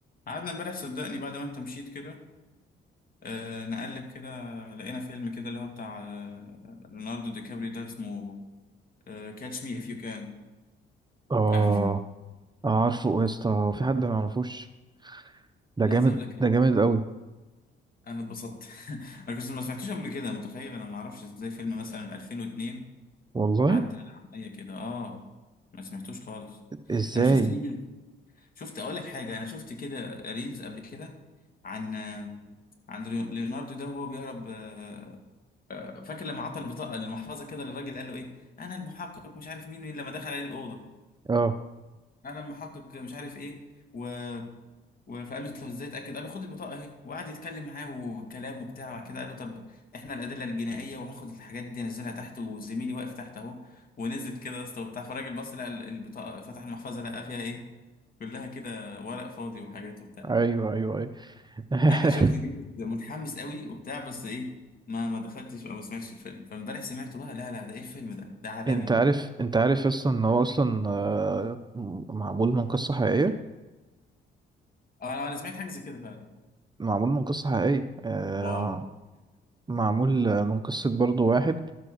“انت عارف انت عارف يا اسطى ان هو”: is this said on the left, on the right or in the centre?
Right